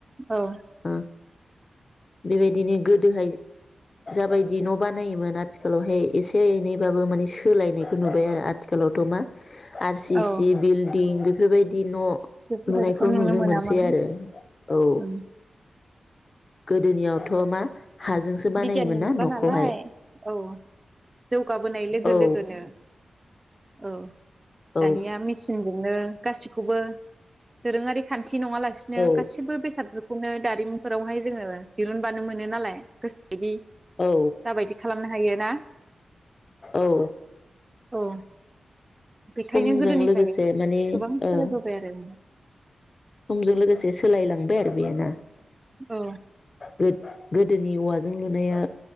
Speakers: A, on the right; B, on the left.
A: औ
B: ओ बेबायदिनो गोदोहाय जाबायदि न' बानायोमोन आथिखालावहाय एसे एनैबाबो माने सोलायनायखौ नुबाय आरो आथिखालावथ' मा आर सि
A: औ
B: सि बिल दिं बेफोरबायदि न'
A: बेफोरबायदिखौ
B: नुनायखौ नुनो
A: मोनामोन
B: मोनसै आरो औ
A: उम
B: गोदोनियावथ' मा हाजोंसो बानायोमोन
A: बिगियाननि
B: ना
A: मुगा
B: न'खौहाय
A: नालाय औ जौगाबोनाय लोगो
B: औ
A: लोगोनो औ
B: औ
A: दानिया मेचिन नो गासिखौबो दोरोङारि खान्थि खाथि नङा लासिनो
B: औ
A: गासैबो बेसादफोरखौनो दारिमिनफोरावहाय जोङो दिरुनबानो मोनो नालाय बिदि
B: औ
A: जाबायदि खालामनो हायो ना
B: औ
A: <unintelligible> बेखायनो
B: समजों
A: गोदोनिफ्राय
B: लोगोसे माने
A: गोबां सालायबोबाय
B: ओ
A: आरो
B: समजों लोगोसे सोलायलांबाय आरो बेयो ना
A: औ
B: गोद गोदोनि औवाजों लुनाया